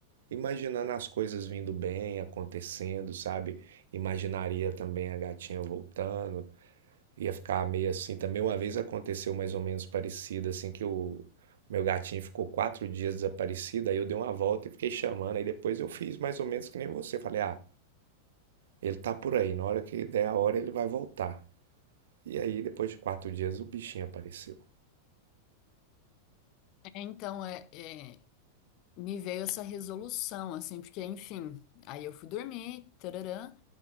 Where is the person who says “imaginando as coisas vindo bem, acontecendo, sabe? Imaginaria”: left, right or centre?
Right